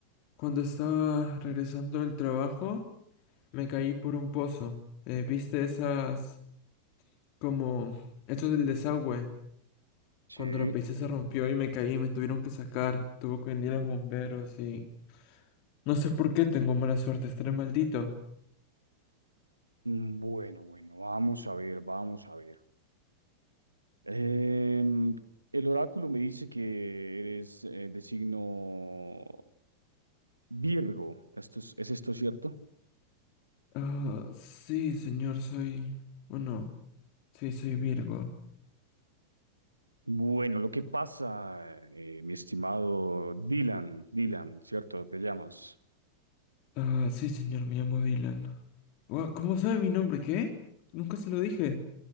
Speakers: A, on the left; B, on the right.
A: cuando estaba regresando del trabajo. Me caí por un pozo. Eh, ¿viste esas como eso del desagüe?
B: sí.
A: Cuando la pisé se rompió y me caí y me tuvieron que sacar. Tuvo que venir los bomberos y no sé por qué tengo mala suerte, estaré maldito.
B: Mm, Bueno, bueno, vamos a ver, vamos a ver. Em, el oráculo me dice que eres eh, de signo Virgo. ¿Esto es, ¿es esto cierto?
A: Ah, sí, señor, soy bueno, sí, soy Virgo.
B: Bueno, lo que pasa, eh, mi estimado Dylan, Dylan, ¿cierto? Te llamas.
A: Ah, sí, señor, me llamo Dylan. Guau, ¿cómo sabe mi nombre? ¿Qué? Nunca se lo dije.